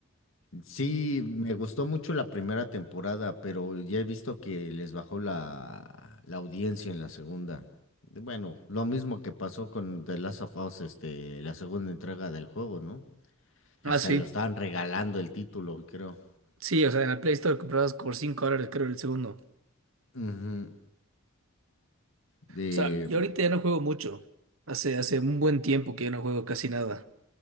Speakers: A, on the left; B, on the right.
A: Sí, me gustó mucho la primera temporada, pero ya he visto que les bajó la, la audiencia en la segunda. Bueno, lo mismo que pasó con The Last of Us, este, la segunda entrega del juego, ¿no? Que
B: Ah,
A: Hasta
B: sí.
A: lo estaban regalando el título, creo.
B: Sí, o sea, en la Play Store comprabas por 5 dólares, creo, el segundo.
A: Ujú. De...
B: O sea, yo
A: mm,
B: ahorita ya no juego mucho. Hace, hace un buen tiempo que ya no juego casi nada.